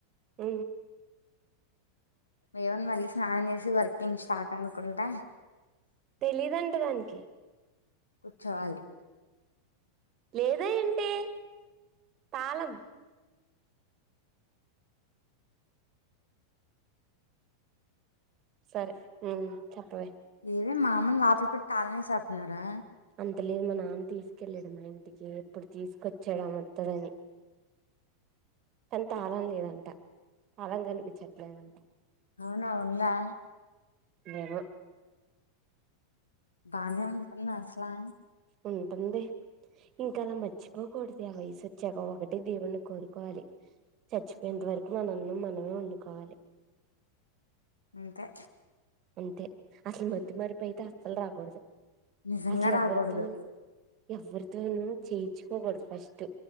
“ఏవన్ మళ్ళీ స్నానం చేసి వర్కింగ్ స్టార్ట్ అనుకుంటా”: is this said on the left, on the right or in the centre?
Left